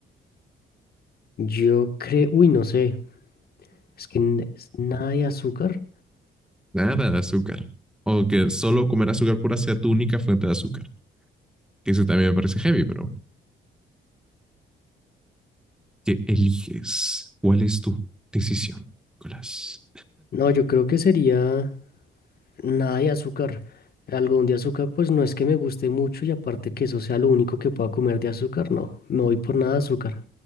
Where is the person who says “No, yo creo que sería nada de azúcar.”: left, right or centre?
Left